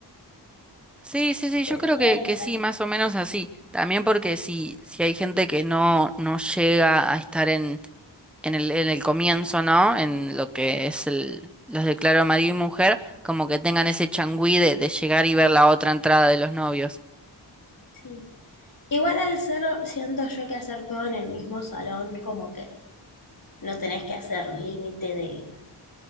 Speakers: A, in the centre; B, on the left (about 50°).
A: Sí, sí, sí,
B: Se
A: yo creo
B: sientan,
A: que, que sí, más o menos así. También porque si, si hay gente que no, no llega a estar en el, en el comienzo, ¿no? En lo que es el, los declaro marido y mujer, como que tengan ese changüí de, de llegar y ver la otra entrada de los novios.
B: sí. Igual al ser, siento yo que hacer todo en el mismo salón, como que no tenés que hacer límite de,